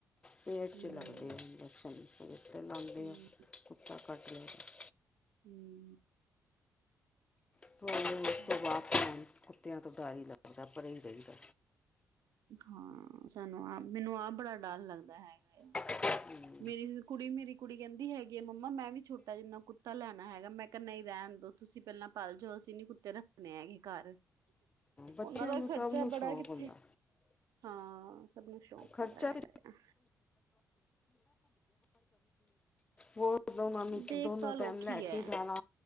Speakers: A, on the left (about 20°); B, on the right (about 70°).
A: ਪੇਟ
B: ਹੂੰ,
A: ਚ ਲਗਦੇ ਐ ਇਨਜੇ ਪੇਟ ਤੇ ਲਾਂਦੇ
B: ਹੂੰ,
A: ਐ ਕੁੱਤਾ ਕੱਟ ਲੇ ਤੇ।
B: ਹੂੰ
A: ਸੋਨੂ ਓਖੇ
B: ਹੂੰ।
A: ਵਪ <unintelligible> ਕੁੱਤਿਆਂ ਤੋਂ ਡਰ ਲੱਗਦਾ ਪਰੇ ਹੀ ਰਇਦਾ।
B: ਹਾਂ ਸਾਨੂੰ ਆਪ ਮੈਨੂੰ ਆਪ ਬੜਾ ਡਰ ਲੱਗਦਾ ਹੈਗਾ ਏ।
A: ਹੂੰ
B: ਮੇਰੀ ਕੁੜੀ-ਮੇਰੀ ਕੁੜੀ ਕਹਿੰਦੀ ਹੈਗੀ ਐ ਮੰਮਾ ਮੈਂ ਵੀ ਛੋਟਾ ਜਿੰਨਾ ਕੁੱਤਾ ਲੈਣਾ ਹੈਗਾ ਮੈਂ ਕਿਆ ਨਈ ਰਹਿਣ ਦੇ। ਤੁਸੀਂ ਪੇਲਾਂ ਪਲ ਜੋ ਅਸੀਂ ਨੀ ਕੁੱਤੇ ਰੱਖਣੇ ਹੈਗੇ ਕਰ।
A: ਬੱਚਿਆਂ
B: ਉਨਾਂ ਦਾ
A: ਨੂੰ
B: ਖ਼ਰਚਾ
A: ਸਭ ਨੂੰ ਸ਼ੌਂਕ
B: ਬੜਾ ਕਿੱਥੇ
A: ਹੁੰਦਾ
B: ਹਾਂ। ਸਭ ਨੂੰ ਸ਼ੌਕ
A: ਖਰਚਾ
B: ਹੁੰਦਾ ਹੈਗਾ
A: <inaudible>
B: ਆ।
A: ਵੋ ਦੋਨਾਂ ਨੂੰ
B: ਦੇਖਭਾਲ
A: ਦੋਨੋ ਟੈਮ
B: ਔਖੀ
A: ਲੈ
B: ਹੈ
A: ਕੇ ਜਾਣਾ।